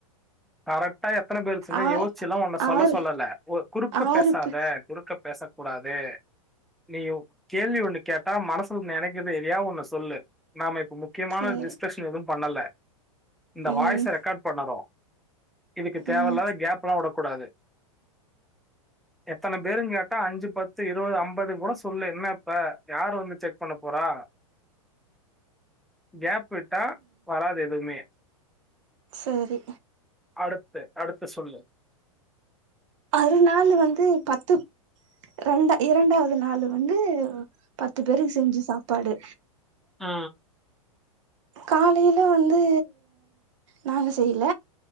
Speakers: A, in the centre; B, on the right.
A: கரெக்டா எத்தன பேருக்கு செஞ்ச
B: ஆ
A: யோசிச்சு எல்லா ஒன்ன சொல்ல
B: ஆறு
A: சொல்லல ஒ குறுக்க
B: ஆறு
A: பேசாத
B: பே
A: குறுக்க பேச கூடாது நீயு கேள்வி ஒண்ணு கேட்டா மனசுல நெனைக்குது எதியா ஒன்னு சொல்லு நாம இப் இப்ப முக்கியமான
B: சரி
A: டிஸ்கஷன் எதும் பண்ணல இந்த
B: ம்
A: வாய்ஸ ரெக்கார்ட் பண்ணறோ இதுக்கு தேவல்லாத
B: ம்
A: கேப் எல்லா உடக் கூடாது எத்தன பேருங் கேட்டா அஞ்சு பத்து இருவது ஐம்பது கூட சொல்லு என்ன இப்ப யாரு வந்து செக் பண்ண போறா கேப் விட்டா வராது எதுமே
B: சேரி
A: அடுத்து அடுத்து சொல்லு
B: அறுநாளு வந்து பத்து ரெண்ட இரண்டாவது நாளு வந்து பத்து பேருக்கு செஞ்சு சாப் பாடு
A: ஆ
B: காலையில வந்து நாங்க செய்ல